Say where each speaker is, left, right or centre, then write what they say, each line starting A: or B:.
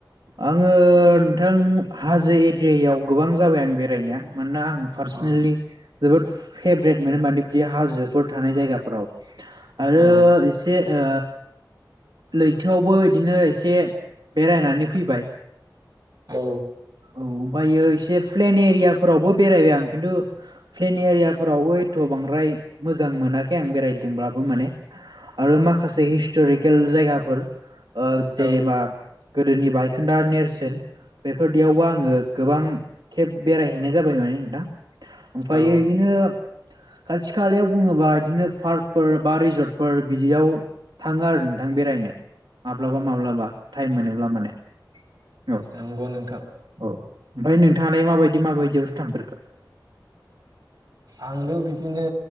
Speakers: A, on the right; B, on the right.
A: आङो नोंथां हाजो एरियायाव गोबां जाबाय आं बेरायनाया। मानोना आं पार्सनेलि
B: औ
A: जोबोद फेभ्रेट मोनो माने बिदि हाजोफोर थानाय जायगाफोराव। आरो
B: औ
A: एसे‌ ओ लैथोआवबो बिदिनो एसे बेरायनानै फैबाय।
B: औ।
A: औ ओमफ्रायो एसे प्लेन एरिया फोरावबो बेरायबाय आं खिन्थु प्लेन एरियाफोरावबो एथ' बांद्राय ओमफ्राय मोजां मोनाखै आं बेरायदोंब्लाबो माने।
B: <inaudible>
A: आरो माखासे हिस्ट'रिकेल जायगाफोर ओ जेरेबा
B: औ
A: गोदोनि बायखोन्दा नेरसोन बेफोरदियावबो आङो गोबां खेब बेरायहैनाय जाबाय माने नोंथां ओमफ्रायायो
B: औ
A: इदिनो खाथि खालायाव बुङोबा बिदिनो पार्कफोर बा रिजर्टफोर बिदियाव थाङो आरो नोंथां बेरायनो माब्लाबा माब्लाबा। सम मोनोब्ला माने औ
B: नंगौ नोंथां।
A: औ ओमफ्राय नोंथाङालाय माबायदि माबायदियाव थांफेरखो?
B: आंबो बिदिनो